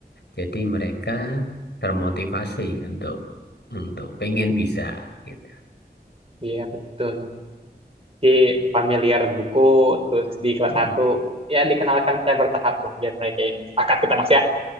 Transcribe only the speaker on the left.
jadi mereka termotivasi untuk untuk pengen bisa gitu
Mm.